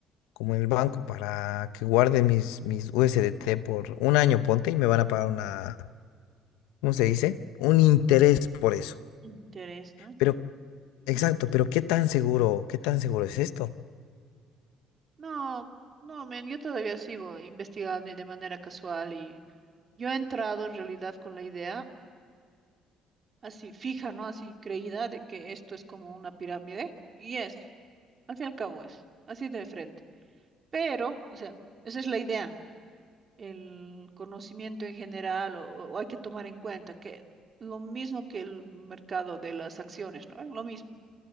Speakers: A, on the left (about 90°); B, on the right (about 40°).
A: como en el banco para que guarde mis, mis USDT por un año, ponte, y me van a pagar una, ¿cómo se dice? Un interés por eso.
B: Interés, ¿no?
A: Pero, exacto, pero ¿qué tan seguro, qué tan seguro es esto?
B: No, no, men, yo todavía sigo investigando y de manera casual y yo he entrado en realidad con la idea así fija, ¿no? Así creída de que esto es como una pirámide y es, al fin y al cabo es, así de frente. Pero, o sea, esa es la idea, el conocimiento en general o, o hay que tomar en cuenta que lo mismo que el mercado de las acciones, ¿no? Es lo mismo.